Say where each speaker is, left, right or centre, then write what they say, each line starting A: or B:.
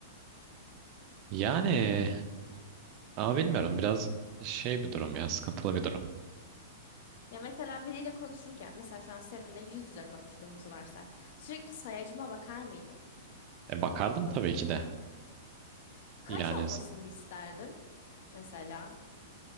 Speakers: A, on the right (about 40°); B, on the left (about 55°).
A: yani ama bilmiyorum biraz şey bir durum ya sıkıntılı bir durum.
B: Ya mesela biriyle konuşurken mesela şu an seninle yüz yüze konuştuğumuzu varsay. Sürekli sayacıma bakar mıydın?
A: E, bakardım tabii ki de.
B: Kaç
A: Yani
B: olmasını isterdin? Mesela